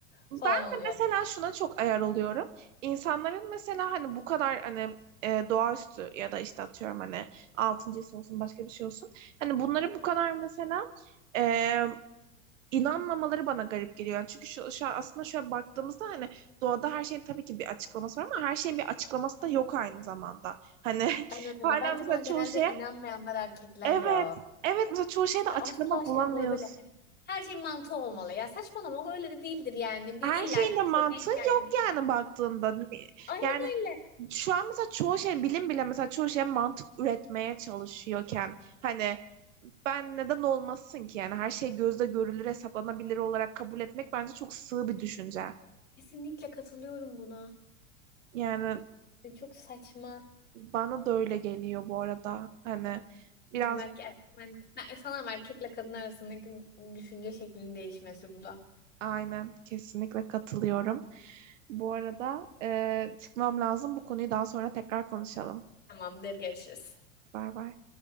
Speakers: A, on the right; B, on the left.
A: Ben
B: falan
A: de
B: oluyor.
A: mesela şuna çok ayar oluyorum. İnsanların mesela hani bu kadar hani e, doğaüstü ya da işte atıyorum hani altıncı his olsun başka bir şey olsun. Hani bunları bu kadar mesela e, inanmamaları bana garip geliyor. Yani çünkü şu, şu an aslında şöyle baktığımızda hani doğada her şeyin tabii ki bir açıklaması var ama her şeyin bir açıklaması da yok aynı zamanda. Hani
B: Aynen
A: <laughs>
B: öyle
A: hala
B: bence
A: mesela
B: buna genelde
A: çoğu şeye
B: inanmayanlar erkekler
A: evet
B: ya.
A: evet mesela çoğu şeyde
B: İşte
A: açıklama
B: asla şey
A: bulamıyoruz
B: yapmalı böyle hani her şey mantığı olmalı ya saçmalama o öyle de değildir yani bir
A: Her
B: illa
A: şeyin
B: ki
A: de mantığı
B: bir şey denk
A: yok
B: gelmiştir.
A: yani baktığında.
B: Aynen
A: Yani
B: öyle.
A: şu an mesela çoğu şey bilim bile mesela çoğu şey mantık üretmeye çalışıyorken hani ben neden olmasın ki yani her şey gözle görülür hesaplanabilir olarak kabul etmek bence çok sığ bir düşünce.
B: Kesinlikle katılıyorum buna.
A: Yani
B: Çok saçma.
A: bana da öyle geliyor bu arada. Hani biraz
B: Bilmiyorum erkek, erkek- ben, ben- sanırım erkekle kadın arasındaki düşünce şeklinin değişmesi bu da.
A: aynen kesinlikle katılıyorum. Bu arada e, çıkmam lazım. Bu konuyu daha sonra tekrar konuşalım.
B: Tamamdır, görüşürüz.
A: Bay bay.